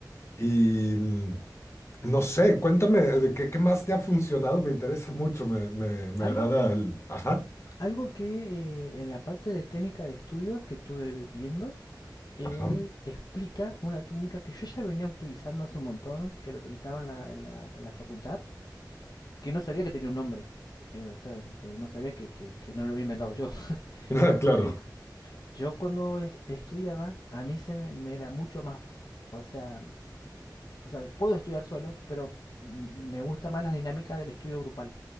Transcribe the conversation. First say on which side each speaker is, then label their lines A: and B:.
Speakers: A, on the left; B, on the left.
A: Y mm, no sé, cuéntame de qué, qué más te ha funcionado, me interesa mucho, me, me, me
B: Algo,
A: agrada el... Ajá,
B: algo que eh, en la parte de técnica de estudios que estuve viendo, él
A: ajá.
B: explica una técnica que yo ya venía utilizando hace un montón, que la utilizaba en la, en la, en la facultad, que no sabía que tenía un nombre. Eh, o sea, eh, no sabía que, que, que no lo había inventado yo. <laughs>
A: <laughs> Claro,
B: Que es Yo cuando es- estudiaba, a mí se me, me era mucho más, o sea, o sea, puedo estudiar solo, pero m- me gusta más la dinámica del estudio grupal.